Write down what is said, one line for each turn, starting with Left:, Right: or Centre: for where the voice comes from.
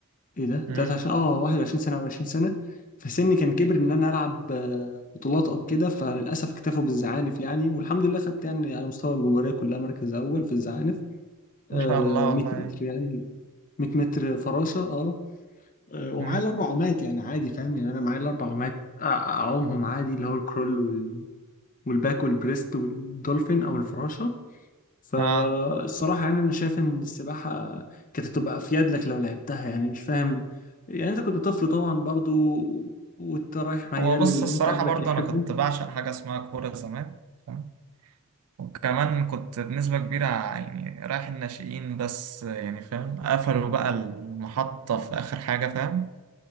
Left: ايه ده
Right: مم.
Left: 23 اه 21 سنة او 20 سنة فسني كان كبر ان انا العب آه، بطولات او كده فللاسف اكتفوا بالزعانف يعني والحمد لله خدت يعني على مستوى الجمهورية كلها مركز اول في الزعانف آه
Right: ما شاء الله
Left: 100
Right: والله يعني
Left: متر يعني 100 متر فراشة اه آه، ومعايا
Right: مم.
Left: الاربع عومات يعني عادي فاهم يعني انا معايا الاربع عومات أ- اعومهم عادي اللي هو الكرول وال... والباك والبريست والدولفين او الفراشة فالصراحة
Right: اه
Left: يعني أنا شايف إن السباحة كانت هتبقى أفيد لك لو لعبتها يعني مش فاهم يعني أنت كنت طفل طبعا برضو وأنت رايح ميال
Right: هو بص
Left: للي
Right: الصراحة
Left: أنت قلبك
Right: برضه
Left: يحبه
Right: أنا كنت بعشق حاجة اسمها كورة زمان فاهم وكمان كنت بنسبة كبيرة يعني رايح الناشئين بس يعني فاهم قفلوا بقى المحطة في آخر حاجة فاهم